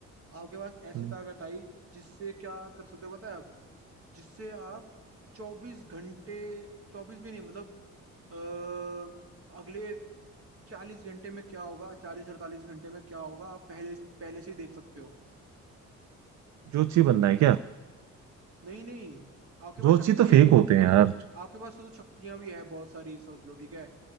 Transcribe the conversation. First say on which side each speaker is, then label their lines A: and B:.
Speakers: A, on the right (about 50°); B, on the right (about 65°).
A: आपके पास ऐसी
B: हम्म।
A: ताकत आई जिससे क्या कर सकते हो पता है आप जिससे आप चौबीस घंटे चौबीस भी नहीं मतलब अ, अगले चालीस घंटे में क्या होगा चालीस अड़तालीस घंटे में क्या होगा आप पहले पहले से ही देख सकते हो
B: जोशी बनना है क्या
A: नहीं नहीं आपके पास
B: जोशी
A: शक्ति
B: तो
A: है
B: फेक होते हैं यार
A: आपके पास तो शक्तियां भी है बहुत सारी सोच लो ठीक है